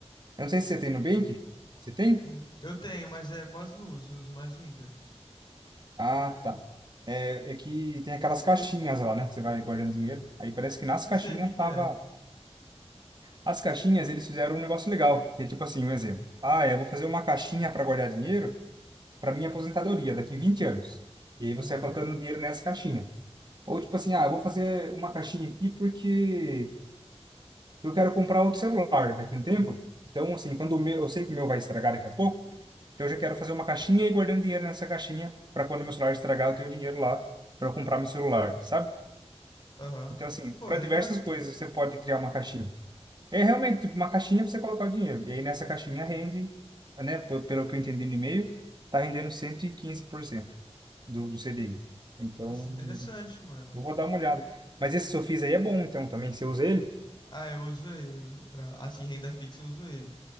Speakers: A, on the right; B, on the left.
A: eu não sei se você tem Nubank, você tem?
B: Uhum. Eu tenho, mas é quase não uso, eu uso mais o Inter.
A: Ah, tá. É, é que tem aquelas caixinhas lá, né? Que você vai guardando dinheiro. Aí parece que nas
B: Não
A: caixinhas
B: sei o que que
A: tava.
B: é.
A: As caixinhas, eles fizeram um negócio legal, que é tipo assim, um exemplo. Ah, eu vou fazer uma caixinha para guardar dinheiro para minha aposentadoria daqui 20 anos. E aí
B: Aham,
A: você vai colocando dinheiro nessa caixinha. Ou tipo assim, ah, eu vou fazer uma caixinha aqui porque eu quero comprar outro celular daqui a um tempo. Então, assim, quando o meu, eu sei que o meu vai estragar daqui a pouco, então eu já quero fazer uma caixinha e ir guardando dinheiro nessa caixinha para quando o meu celular estragar, eu ter o dinheiro lá para comprar meu celular, sabe?
B: aham.
A: Então, assim,
B: Ah, Pô,
A: para
B: legal
A: diversas
B: isso
A: coisas
B: aí.
A: você pode criar uma caixinha. É realmente tipo uma caixinha para você colocar o dinheiro. E aí nessa caixinha rende, né, pe- pelo que eu entendi no e-mail, tá rendendo 115% do, do CDI. Então,
B: Nossa, interessante, mano.
A: eu vou dar uma olhada. Mas esse Sofis aí é bom, então, também. Se eu usa ele,
B: Ah, eu uso ele, eu uso pra, assim, renda fixa eu uso ele.